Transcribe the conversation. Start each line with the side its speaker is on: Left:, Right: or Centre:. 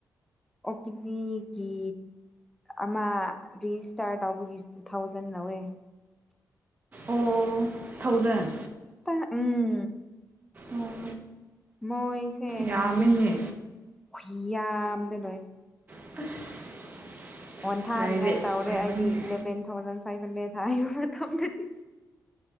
Centre: ꯑꯣꯄꯤ ꯇꯤꯀꯤꯗꯤ ꯑꯃ ꯔꯤꯖꯤꯁꯇꯥꯔ ꯇꯧꯕꯒꯤ ꯇꯨ ꯊꯥꯎꯖꯟ ꯂꯧꯋꯦ
Right: ꯑꯣ ꯊꯥꯎꯖꯟ
Centre: ꯇꯥ ꯎꯝ
Right: ꯑꯣ
Centre: ꯃꯣꯏꯁꯦ
Right: ꯌꯥꯝꯃꯦꯅꯦ
Centre: ꯍꯦꯟꯖꯤꯟꯕꯒꯤ ꯈꯨꯌꯥꯝꯗꯤ ꯂꯣꯏ
Right: ꯑꯁ
Centre: ꯑꯣꯟꯊꯥꯅꯤꯉꯥꯏ
Right: ꯄ꯭ꯔꯥꯏꯚꯦꯠ
Centre: ꯇꯧꯔꯦ
Right: ꯑꯣꯏꯕꯅꯤꯅ
Centre: ꯑꯩꯗꯤ ꯏꯂꯚꯦꯟ ꯊꯥꯎꯖꯟ ꯐꯥꯏꯚ ꯍꯟꯗ꯭ꯔꯦꯠ ꯊꯝꯗꯗꯤ